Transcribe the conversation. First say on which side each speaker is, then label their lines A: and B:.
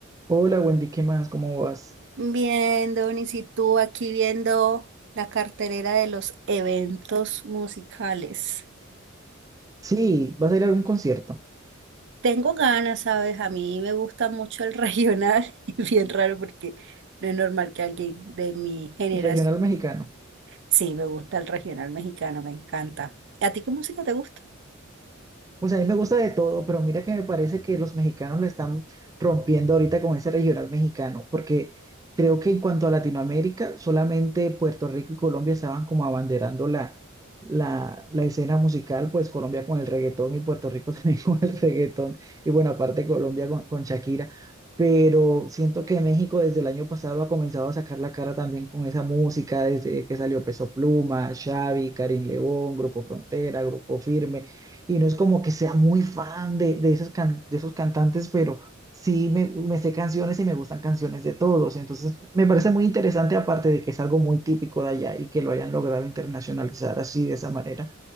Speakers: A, on the right (about 15°); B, on the right (about 60°).
A: Hola Wendy, ¿qué más? ¿Cómo vas?
B: Bien, Donis, y tú aquí viendo la cartelera de los eventos musicales.
A: Sí, vas a ir a algún concierto
B: Tengo ganas, ¿sabes? A mí me gusta mucho el regional <laughs> y bien raro porque no es normal que alguien de mi generación.
A: regional mexicano.
B: Sí, me gusta el regional mexicano, me encanta. ¿A ti qué música te gusta?
A: Pues a mí me gusta de todo, pero mira que me parece que los mexicanos la están rompiendo ahorita con ese regional mexicano, porque creo que en cuanto a Latinoamérica, solamente Puerto Rico y Colombia estaban como abanderando la, la, la escena musical, pues Colombia con el reggaetón y Puerto Rico <laughs> también con el reggaetón, y bueno, aparte Colombia con, con Shakira, pero siento que México desde el año pasado ha comenzado a sacar la cara también con esa música, desde que salió Peso Pluma, Xavi, Karim León, Grupo Frontera, Grupo Firme y no es como que sea muy fan de, de, esas can- de esos cantantes, pero sí me, me sé canciones y me gustan canciones de todos. Entonces, me parece muy interesante, aparte de que es algo muy típico de allá y que lo hayan logrado internacionalizar así, de esa manera,